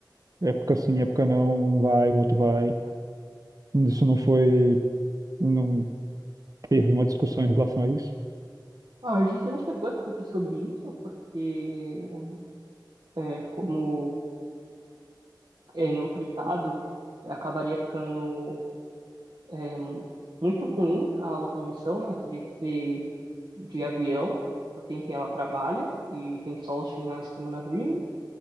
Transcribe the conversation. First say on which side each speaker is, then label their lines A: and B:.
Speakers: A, on the right; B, on the right.
A: época sim, época não, um vai, o outro vai. Isso não foi, não teve uma discussão em relação a isso?
B: Ah, a gente não chegou a discutir sobre isso, porque, é, como é em outro estado, acabaria ficando, é, muito ruim a locomoção, né? Teria que ser de avião, porque, enfim, ela trabalha e tem só os finais de semana livres.